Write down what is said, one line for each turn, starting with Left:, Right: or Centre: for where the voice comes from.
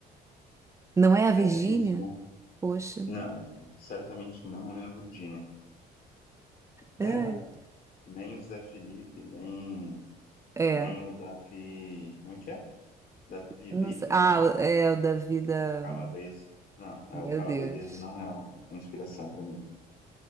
Right: Não é a Virgínia?
Left: É difícil, né?
Right: Poxa.
Left: Não, certamente não é a Virgínia. <laughs>
Right: Ai.
Left: Nem o Zé Felipe, nem,
Right: É.
Left: nem o Davi. Como é que é? Davi
Right: Não
Left: Brito,
Right: sei.
Left: né?
Right: Ah, é o da vida.
Left: Calabrese. Não, é,
Right: Meu
Left: o Calabrese
Right: Deus.
Left: não é uma inspiração para mim.